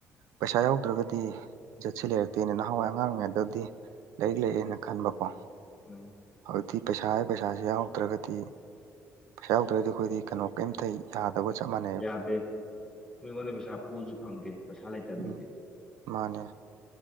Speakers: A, on the right; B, in the centre.
A: ꯄꯩꯁꯥ ꯌꯥꯎꯗ꯭ꯔꯒꯗꯤꯖꯠꯁꯤ ꯂꯩꯔꯛꯇꯦꯅ ꯅꯍꯥꯟꯋꯥꯏ ꯑꯉꯥꯡꯔꯤꯉꯩꯗꯗꯤ ꯂꯥꯏꯔꯤꯛ ꯂꯩꯑꯦꯅ ꯈꯟꯕꯀꯣ
B: ꯎꯝ
A: ꯍꯧꯖꯤꯛꯇꯤ ꯄꯩꯁꯥ ꯍꯥꯏ ꯄꯩꯁꯥꯁꯤ ꯌꯥꯎꯔꯗ꯭ꯔꯒꯗꯤ ꯄꯩꯁꯥ ꯌꯥꯎꯗ꯭ꯔꯒꯗꯤ ꯑꯩꯈꯣꯏꯗꯤ ꯀꯩꯅꯣ ꯀꯩꯝꯊꯩ ꯌꯥꯗꯕ ꯆꯞꯥꯟꯅꯩ
B: ꯌꯥꯗꯦ ꯃꯤꯉꯣꯟꯗ ꯄꯩꯁꯥ ꯄꯨꯕꯁꯨ ꯐꯪꯗꯦ ꯄꯩꯁꯥ ꯂꯩꯇꯕ ꯃꯤꯗꯤ
A: ꯎꯝ ꯃꯥꯅꯦ